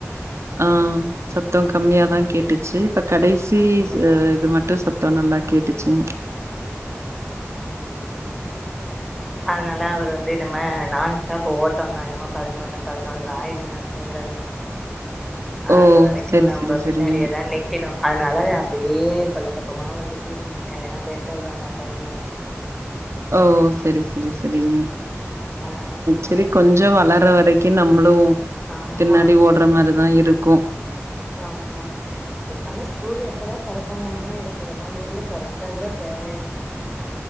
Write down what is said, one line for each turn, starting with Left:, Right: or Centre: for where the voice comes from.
Right: ஆ சத்த கம்மியாதா கேட்டுச்சு இப்ப கடைசி
Centre: அப்படியா
Right: ஆ இது மட்டு சத்த நல்லா கேட்டுச்சுங்க
Centre: அப்டியே நா தேடுட்டு அதனால அவர் வந்து நம்ம நாண் ஸ்டாப் ஓட்டம் தா இன்னிமே பதினொன்னு பதினொன்ற ஆயிடுங்க தூங்கவே
Right: ஓ
Centre: அது வரைக்கு
Right: செரி
Centre: நம்ப
Right: செரி
Centre: பின்னாடியே
Right: செரிங்க
Centre: தா நிக் கிணு அதனால அப்டியே கொல்ல பக்கமா வந்து பேசிட்டு இருக்க இந்நேர பேச விட மாட்டாப்ல
Right: ஓ சரி சரி சரிங்க
Centre: அதனாலங்க
Right: சரி கொஞ்ச வளர வரைக் கி நம்மளு
Centre: ஆமா
Right: பின்னாடி ஓட்ற மாரிதா இருக்கு
Centre: ஆமா பேசாம ஸ்கூல் எப்படா தொறப்பாங்கன்னு தா இருக்கு ஒன்னாந்தேதியோ தொறந்தா கூட தேவலையா